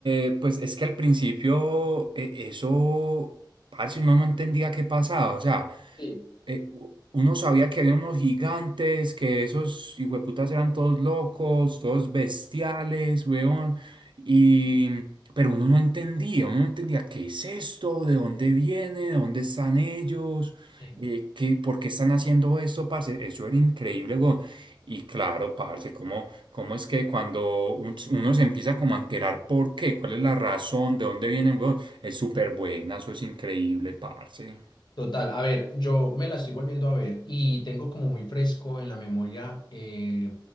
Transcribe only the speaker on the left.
Sí.
Sí.
Total, a ver, yo me la estoy volviendo a ver y tengo como muy fresco en la memoria eh,